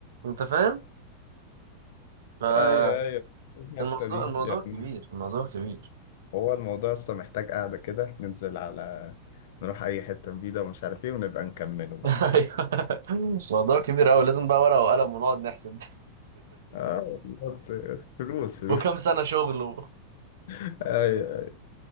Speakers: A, on the right (about 60°); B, on the left (about 55°).
A: انت فاهم؟
B: <laughs>
A: فالموضوع
B: ايوه ايوه الحته دي
A: الموضوع
B: يعني
A: كبير الموضوع كبير
B: هو الموضوع اصلا محتاج قاعده كده ننزل على نروح اي حته جديده ومش عارف ايه ونبقى نكمله بقى
A: <laughs> ايوه الموضوع كبير اوي لازم بقى ورقة وقلم ونقعد نحسب
B: اه والله، فلوس
A: <laughs>
B: فلوس
A: وكم سنة شغل و-
B: <laughs> ايوه